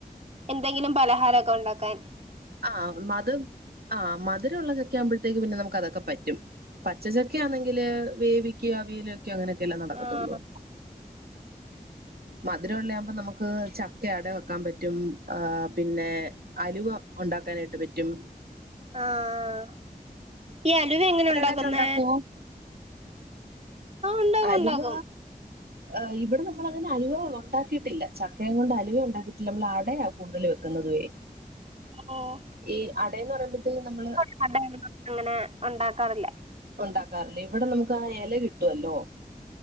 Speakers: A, on the right; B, on the right.
A: എന്തെങ്കിലും പലഹാരൊക്കെ ഒണ്ടാക്കാൻ
B: ആഹ് മധ് ആഹ് മധുരൊള്ള ചക്ക ആവുമ്പഴത്തേക്ക് പിന്നെ നമുക്ക് അതൊക്കെ പറ്റും പച്ചചക്ക ആന്നെങ്കില് വേവിക്കോ അവിയല് വെക്കെയോ അങ്ങനെയൊക്കെ അല്ലെ നടക്കത്തുള്ളൂ
A: ആഹ്
B: മധുര ഒള്ള ആവുമ്പോ നമ്മക്ക് ചക്ക അട വെക്കാൻ പറ്റും ആഹ് പിന്നെ അലുവ ഒണ്ടാക്കാനായിട്ട് പറ്റും
A: ആഹ് ഈ അലുവ എങ്ങനെ ഒണ്ടാക്കുന്നെ
B: കടയൊക്കെ ഉണ്ടാക്കുവോ
A: ഉണ്ടാക്കും
B: അലുവ
A: ഉണ്ടാക്കും
B: ഏഹ് ഇവിടെ നമ്മളങ്ങനെ അലുവ ഒണ്ടാക്കിയിട്ടില്ല ചക്കയും കൊണ്ട് അലുവ ഒണ്ടാക്കിയിട്ടില്ല നമ്മൾ ആടയാ കൂടുതല് വെക്കുന്നതുവേ
A: ഓഹ്
B: ഈ അടയെന്ന് പറയുമ്പോത്തേന് നമ്മള്
A: അട <unintelligible> അങ്ങനെ ഒണ്ടാക്കാറില്ലാ
B: ഒണ്ടാക്കാറില്ല ഇവിടെ നമുക്ക് ആ എല കിട്ടുവല്ലോ